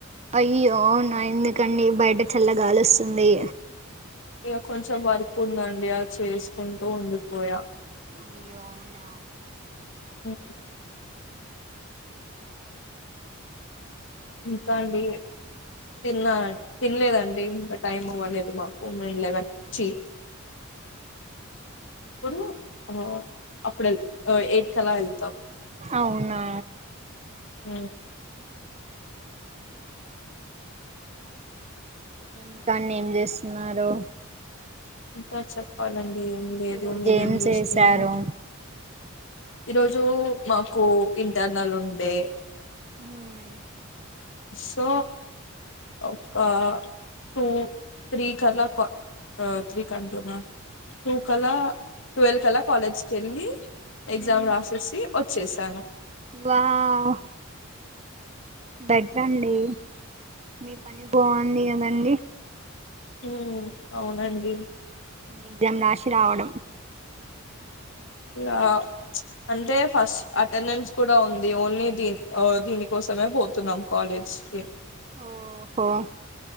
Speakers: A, on the right; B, on the left.
A: అయ్యో అవునా ఎందుకండి బయట చల్లగాలి ఒస్తుంది
B: ఇగ కొంచెం వర్క్ ఉందండి అది చేసుకుంటూ ఉండిపోయా
A: అయ్యో అవునా
B: హ్మ్ ఇంకా అండి తిన్నా తినలేదండి ఇంకా టైం అవ్వలేదు మాకు మేం లెవెన్ చి ఇప్పుడు ఆ అప్పుడు ఎల్ ఎయిట్ కల ఎల్తామ్
A: అవునా
B: హ్మ్
A: ఇంకండి ఏం చేస్తున్నారు
B: ఇంకా చెప్పాలండి ఏం లేదు
A: ఈరోజు
B: మీరేం
A: ఏం
B: చేస్తున్నారు
A: చేశారు
B: ఈరోజు మాకు ఇంటర్నల్ ఉండే
A: ఊ మ్
B: సో ఒక టూ త్రీ కలా క్వా త్రీ కంటునా టూ కలా ట్వెల్వ్ కలా కాలేజ్ కెళ్ళి ఎగ్జామ్
A: మ్
B: రాసేసి ఒచ్చేసాను
A: వావ్ బెటర్ అండి మీ పని బాగుంది కదండి
B: హ్మ్ అవునండి
A: ఎగ్జామ్ రాషీ రావడం
B: ఇ ఆ అంటే ఫస్ట్ అటెండెన్స్ కూడా ఉంది ఓన్లీ దీన్ దీనికోసం యే పోతున్నాం కాలేజ్కి
A: ఓహో